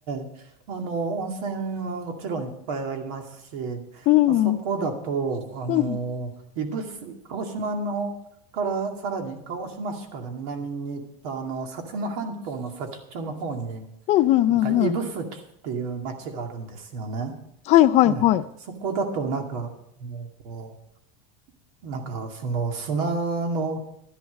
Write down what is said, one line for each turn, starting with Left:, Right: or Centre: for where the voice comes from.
Right: え、あの、温泉はもちろんいっぱいありますし、
Left: うん。
Right: まあそこだと、
Left: うん。
Right: あの、
Left: うん、
Right: 指宿、鹿児島のから、さらに鹿児島市から南に行った、あの、薩摩半島の先っちょの方に、
Left: うん、うん、
Right: なんか指宿っていう町があるんですよね。
Left: うん。はい、はい、
Right: ね、
Left: はい。
Right: そこだとなんか、あのなんか、その砂の